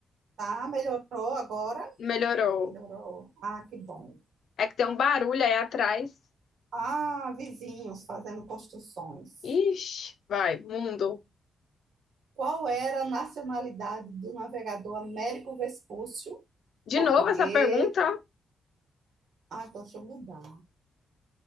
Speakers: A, on the right; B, on the left.
A: Tá, melhorou agora?
B: Melhorou.
A: Melhorou. Ah, que bom.
B: É que tem um barulho aí atrás.
A: Ah, vizinhos fazendo construções.
B: Ixi, vai, mundo.
A: Qual era a nacionalidade do navegador Américo Vespúcio?
B: De
A: Português.
B: novo essa pergunta?
A: Ah, então deixa eu mudar.